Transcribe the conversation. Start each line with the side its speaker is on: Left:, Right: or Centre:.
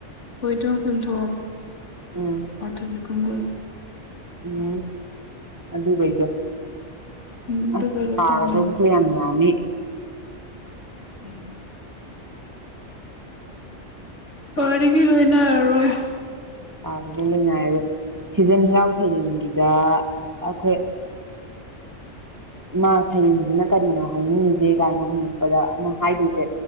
Left: ꯍꯣꯏꯇ ꯈꯨꯨꯟꯊꯣ
Right: ꯎꯝ
Left: ꯄꯊꯩ ꯏꯈꯨꯡꯒꯨꯝ
Right: ꯎꯝ ꯑꯗꯨ ꯀꯩꯗ
Left: ꯎꯝ ꯑꯗꯨꯒ
Right: ꯑꯁ ꯄꯥꯒꯗꯧꯕꯁꯨ
Left: ꯇꯝꯂꯝ
Right: ꯌꯥꯝ ꯌꯥꯅꯤ
Left: ꯎꯝ ꯄꯔꯒ ꯂꯣꯏꯅ ꯑ ꯑꯦ <unintelligible>
Right: ꯥ ꯂꯩꯏꯔꯣꯏ ꯍꯤꯖꯟ ꯍꯤꯔꯥꯎ ꯁꯩꯔꯦꯡꯒꯤꯗ ꯑꯩꯈꯣꯏ ꯏꯃꯥ ꯁꯩꯔꯦꯡꯁꯤꯅ ꯀꯔꯤꯅꯣ ꯍꯥꯏꯅꯤꯡꯉꯁꯦ ꯀꯥꯏꯅ ꯍꯪꯉꯛꯄꯗ ꯑꯃ ꯍꯥꯏꯗꯣꯏꯁꯦ